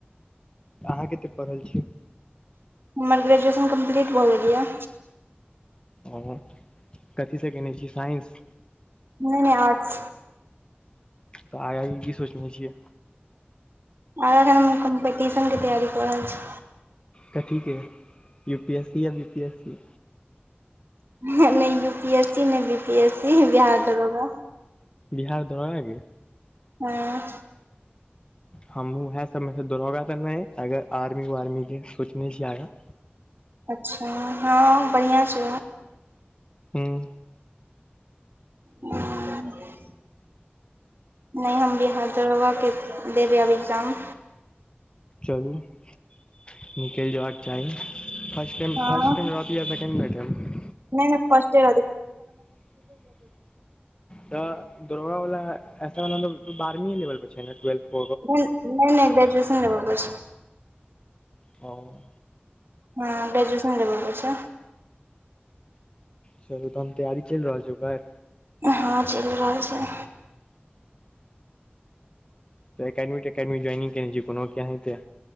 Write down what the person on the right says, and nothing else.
हमर ग्रेजुएशन कम्प्लीट भऽ गेल ये
नै नै आर्ट्स
आर एखन हम कम्पीटिशन के तैयारी कऽ रहल छी
नहि यू पी एस सी नहि B P S C Bihar दरोगा
हँ
अच्छा हँ बढ़िआँ छी
<unintelligible> आ <unintelligible> नहि हम बि हाथ दरोगाके देबै आब एग्जाम
हँ
नहि नहि फस्टे
नहि नहि नहि ग्रजुएशन लेबल प छै
हँ ग्रेजुएशन लेबल पर छै
हँ चलि <inaudible> रहल छै